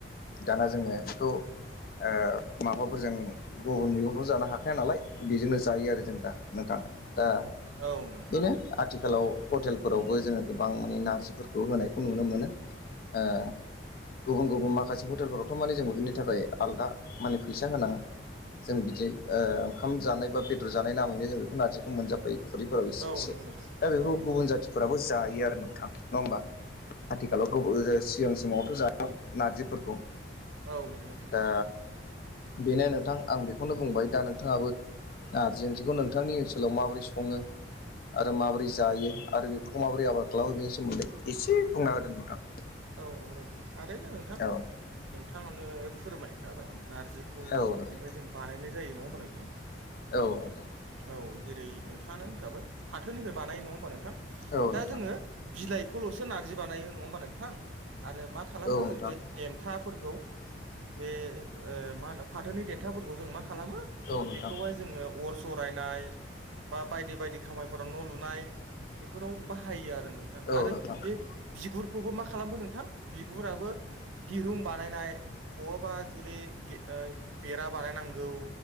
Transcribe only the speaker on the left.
दाना जोङो बेखौ ओ फोरजों गुबुन मैगंफ्राव जानो हाखाया नालाय बेजोंनो जायो आरो जों दा नोंथां दा
बेनो आथिखालाव हटेल फोरावबो जोङो गोबां माने नारजिफोरखौ होनायखौ नुनो मोनो। ओ गुबुन गुबुन माखासे हटेलफोरावथ' माने जोंबो बिनि थाखाय आलदा माने फैसा होनाङा जों बिदि ओ ओंखाम जानाय बा बेदर जानाय नामैनो जों बेखौ नारजिखौ मोनजाफायो खुरैफोराव एसे
एसे
दा बे
गुबुन जाथिफोराबो जायो। जायो आरो नोंथां नङा होमबा? आथिखालाव गोबां जे सिगां समावथ' जायामोन नारजिफोरखौ
दा
बेनो नोंथां आं बेखौनो बुंबाय दा नोंथाङाबो नारजि ओंख्रिखौ नोंथांनि ओनसोलाव माबोरै सङो आरो माबोरै जायो आरो बेफोरखौ माबोरै आबाद खालामो बेनि सोमोन्दै एसे बुंना होदो नोंथां।
औ
औ
नोंथां
औ नोंथां
औ
नोंथां
औ
नोंथां
औ नोंथां
औ
नोंथां